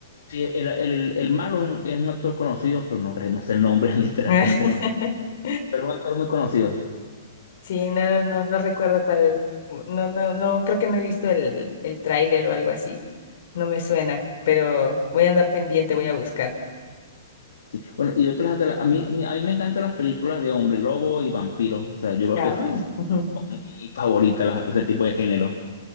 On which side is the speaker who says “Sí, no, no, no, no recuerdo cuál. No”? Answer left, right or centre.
Left